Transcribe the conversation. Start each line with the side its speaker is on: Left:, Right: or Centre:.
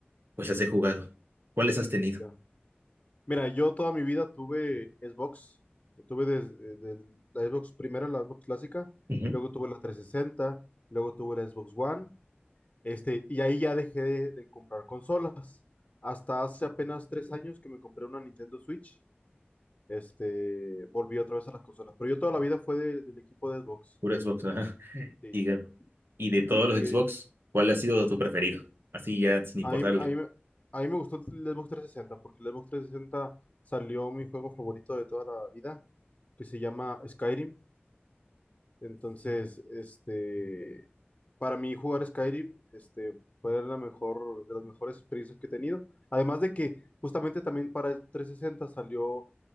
Right: pues las he jugado. ¿Cuáles has tenido?
Left: Ya. Mira, yo toda mi vida tuve Xbox. Lo Tuve desde desde la Xbox primera, la Xbox clásica.
Right: Ujú,
Left: Luego tuve la 360. Luego tuve la Xbox One. Este, y ahí ya dejé de, de comprar consolas. Hasta hace apenas tres años que me compré una Nintendo Switch, este, volví otra vez a las consolas. Pero yo toda la vida fue de- del equipo de Xbox.
Right: Puro Xbox, ajá.
Left: Sí.
Right: Y, ga- y de todos
Left: Y,
Right: los
Left: y
Right: Xbox,
Left: eh,
Right: ¿cuál ha sido tu preferido? Así ya, sin
Left: a
Right: importar.
Left: mí,
Right: el-
Left: a mí me a mí me gustó el Xbox 360 porque el Xbox 360 salió mi juego favorito de toda la vida, que se llama Skyrim. Entonces, este, Para mí jugar Skyrim, este, fue la mejor, de las mejores experiencias que he tenido. Además de que justamente también para 360 salió